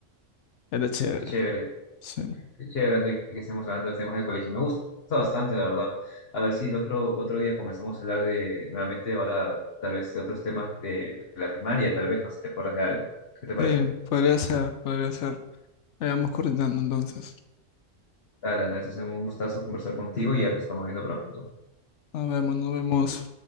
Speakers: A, on the left (about 70°); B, on the left (about 55°).
A: Era chévere.
B: Qué chévere.
A: Sí.
B: Qué chévere, André, que estemos hablando de temas del colegio. Me gusta bastante, la verdad. A ver si el otro, otro día comenzamos a hablar de, nuevamente, ahora, tal vez de otros temas de, la primaria, tal vez, no sé si te acuerdas de algo. ¿Qué te parece?
A: Sí, podría ser, podría ser. Ahí Vamos coordinando entonces.
B: Dale, André, entonces un gustazo conversar contigo y ya nos estamos viendo pronto.
A: Nos vemos, nos vemos.